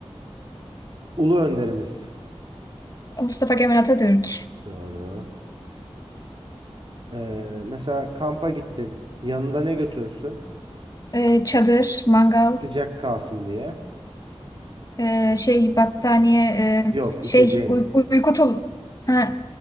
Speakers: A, on the right; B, on the left.
A: Ulu önderimiz.
B: Mustafa Kemal Atatürk.
A: Doğru. Eee, mesela kampa gittin. Yanında ne götürsün?
B: E, çadır, mangal,
A: Sıcak kalsın diye.
B: e, şey battaniye, e,
A: Yok
B: şey
A: içeceğin.
B: uy- uyku tul, ha,